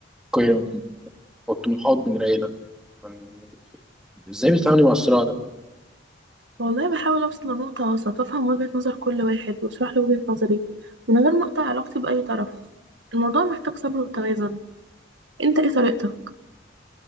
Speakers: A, in the centre; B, on the right.
A: القيم والطموحات بين العيلة يعني إزاي بتتعاملي مع الصراع ده؟
B: والله بحاول اوصل لنقطة وسط وافهم وجهة نظر كل واحد واشرح له وجهة نظري من غير ما اقطع علاقتي بأي طرف الموضوع محتاج صبر وتوازن انت ايه طريقتك